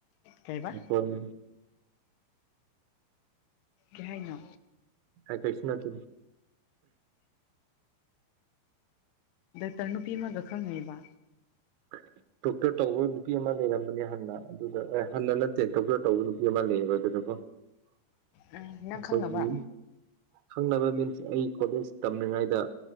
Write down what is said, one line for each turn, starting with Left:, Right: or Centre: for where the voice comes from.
Left: ꯀꯩꯕ
Right: ꯑꯩꯈꯣꯏ
Left: ꯌꯥꯥꯏꯅ
Right: ꯀꯥꯏ ꯀꯩꯁ ꯅꯇꯅ
Left: ꯇꯔꯅꯨꯄꯤ ꯑꯃ ꯈꯪꯕ
Right: <inaudible> ꯗꯣꯛꯇꯔ ꯇꯧꯕ ꯅꯨꯄꯤ ꯑꯃ ꯂꯩꯔꯝꯕꯅꯦ ꯍꯟꯅ ꯑꯗꯨꯗ ꯑꯦ ꯍꯟꯅ ꯅꯠꯇꯦ ꯗꯣꯛꯇꯔ ꯇꯧꯕ ꯅꯨꯄꯤ ꯑꯃ ꯂꯩꯌꯦꯕ ꯑꯗꯨꯗ ꯑꯩꯈꯣꯏꯒꯤ
Left: ꯎꯝ ꯅꯪ ꯈꯪꯅꯕ
Right: ꯈꯪꯅꯕ ꯃꯤꯟꯁ ꯑꯩ ꯀꯣꯂꯦꯖ ꯇꯝꯂꯤꯉꯩꯗ